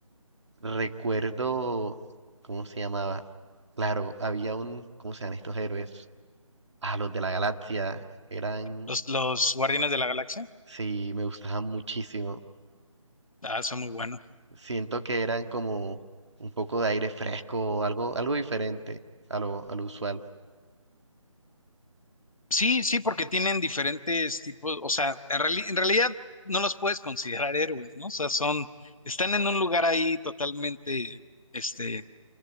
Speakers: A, on the right; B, on the left.
A: recuerdo, ¿cómo se llamaba? Claro, había un, ¿cómo se llaman estos héroes? Ah, los de la galaxia, eran,
B: Los, los Guardianes de la Galaxia.
A: sí, me gustaban muchísimo.
B: Ah, son muy buenos.
A: Siento que eran como un poco de aire fresco, algo, algo diferente a lo, a lo usual,
B: Sí, sí, porque tienen diferentes tipos. O sea, en, reali- en realidad no los puedes considerar héroes, ¿no? O sea, son. Están en un lugar ahí totalmente, este,